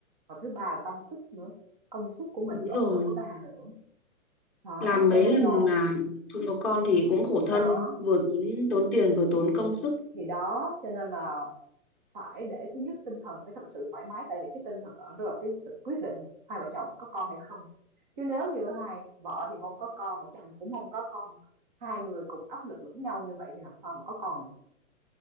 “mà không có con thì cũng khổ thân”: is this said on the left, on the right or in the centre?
Centre